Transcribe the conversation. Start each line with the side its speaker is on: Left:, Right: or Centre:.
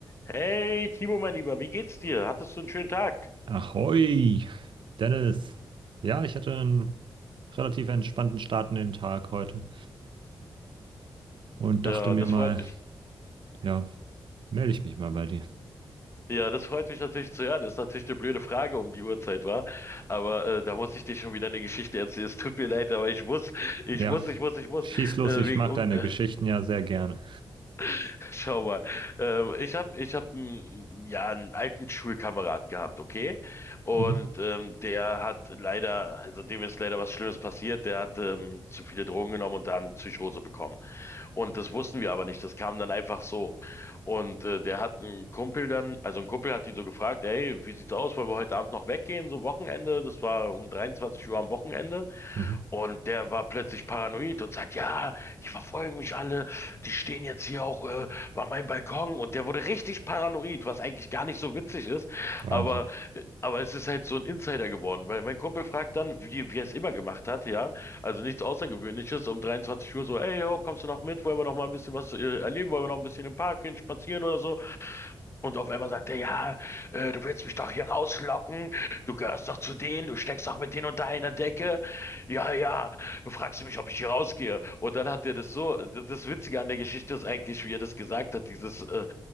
Left: Hey, Timo, mein Lieber, wie geht's dir? Hattest du einen schönen Tag?
Right: Ahoi, Dennis. Ja, ich hatte einen relativ entspannten Start in den Tag heute und
Left: Ja,
Right: dachte mir
Left: das
Right: mal,
Left: freut mich.
Right: ja, melde ich mich mal bei dir.
Left: Ja, das freut mich natürlich zu hören. Ist natürlich eine blöde Frage um die Uhrzeit, war. Aber äh, da muss ich dir schon wieder eine Geschichte erzählen. Es tut mir leid, aber ich muss, ich
Right: Ja,
Left: muss, ich muss, ich muss.
Right: schieß los,
Left: Äh,
Right: ich
Left: wegen
Right: mag
Left: um,
Right: deine
Left: äh,
Right: Geschichten ja sehr gerne.
Left: <laughs> schau mal. Ähm, ich hab, ich hab, einen, ja, einen alten Schulkamerad gehabt, okay? Und
Right: Mhm,
Left: ähm, der hat leider, also dem ist leider was Schlimmes passiert. Der hat ähm, zu viele Drogen genommen und da eine Psychose bekommen. Und das wussten wir aber nicht. Das kam dann einfach so. Und äh, der hat einen Kumpel dann, also ein Kumpel hat ihn so gefragt, hey, wie sieht's aus? Wollen wir heute Abend noch weggehen? So Wochenende. Das war um 23 Uhr am Wochenende.
Right: mhm,
Left: Und der war plötzlich paranoid und sagt, ja, die verfolgen mich alle, die stehen jetzt hier auch äh, bei meinem Balkon. Und der wurde richtig paranoid, was eigentlich gar nicht so witzig ist.
Right: Wahnsinn,
Left: Aber, äh, aber es ist halt so ein Insider geworden, weil mein Kumpel fragt dann, wie, wie er es immer gemacht hat, ja. Also nichts Außergewöhnliches, um 23 Uhr so, ey, yo, kommst du noch mit? Wollen wir noch mal ein bisschen was äh, erleben? Wollen wir noch ein bisschen im Park gehen, spazieren oder so? Und auf einmal sagt er, ja, äh, du willst mich doch hier rauslocken. Du gehörst doch zu denen, du steckst doch mit denen unter einer Decke. Ja, ja, du fragst mich, ob ich hier rausgehe. Und dann hat er das so, das Witzige an der Geschichte ist eigentlich, wie er das gesagt hat, dieses äh,